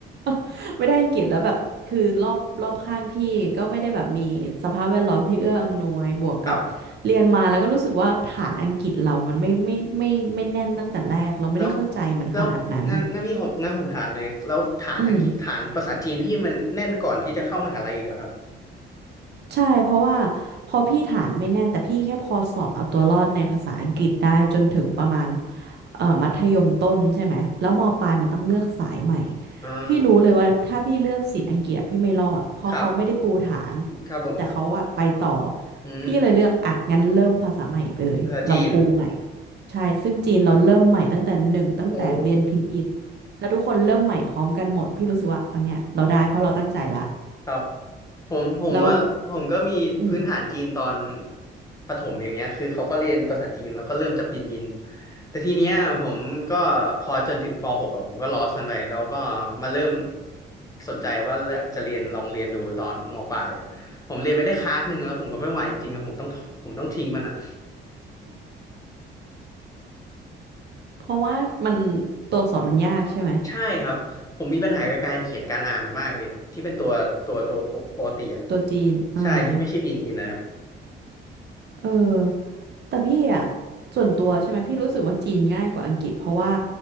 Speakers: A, on the right; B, on the left.
A: <laughs> ไม่ได้อังกฤษแล้วแบบ คือรอบรอบข้างพี่ก็ไม่ได้แบบมีสภาพแวดล้อมที่เอื้ออำนวยบวกกับเรียนมาแล้วก็รู้สึกว่าฐานอังกฤษเรามันไม่ไม่ไม่ไม่ไม่แน่นตั้งแต่แรกเราไม่ได้เข้าใจมันขนาดนั้น
B: ครับ แล้วแล้วงั้นงั้นพี่ผมงั้นผมถามหน่อยแล้วฐานอังกฤษฐานภาษาจีนพี่มันแน่นก่อนที่จะเข้ามหาลัยอีกเหรอครับ
A: อืม ใช่เพราะว่าพอพี่ฐานไม่แน่นแต่พี่แค่พอสอบเอาตัวรอดในภาษาอังกฤษได้จนถึงประมาณเอ่อมัธยมต้นใช่ไหมแล้วมปลายมันต้องเลือกสายใหม่
B: อ่า
A: พี่รู้เลยว่าถ้าพี่เลือกศิลป์อังกฤษอะพี่ไม่รอดเพราะเขาไม่ได้ปูฐาน
B: ครับครับผม
A: แต่เขาอะไปต่อ
B: อืม
A: พี่เลยเลือกอ่ะงั้นเริ่มภาษาใหม่ไปเลยเราปูใหม่
B: ภาษาจีน
A: ใช่ซึ่งจีนเราเริ่มใหม่ตั้งแต่หนึ่งตั้งแต่เรียนพินอิน
B: โอ้
A: แล้วทุกคนเริ่มใหม่พร้อมกันหมดพี่รู้สึกว่าอันเนี้ยเราได้เพราะเราตั้งใจละ
B: ครับผมผมว่าผมก็มีพื้นฐานจีนตอน
A: แล้วอืม
B: ประถมอย่างเงี้ยคือเขาก็เรียนภาษาจีนแล้วก็เริ่มจากพินยินแต่ทีเนี้ยผมก็พอจนถึงปหกอะผมก็ลอสมันไปแล้วก็มาเริ่มสนใจว่าจะเรียนลองเรียนดูตอนมปลายอะผมเรียนไปได้คลาสหนึ่งแล้วผมก็ไม่ไหวจริงๆอะผมต้องผมต้องทิ้งมันอะ
A: เพราะว่ามันตัวอักษรมันยากใช่ไหม
B: ใช่ครับผมมีปัญหากับการเขียนการอ่านมันมากเลยที่เป็นตัวตัวตัวปกติอะ
A: ตัวจีนอ่า
B: ใช่ที่ไม่ใช่พินยินนะครับ
A: เออแต่พี่อ่ะส่วนตัวใช่ไหมพี่รู้สึกว่าจีนง่ายกว่าอังกฤษเพราะว่า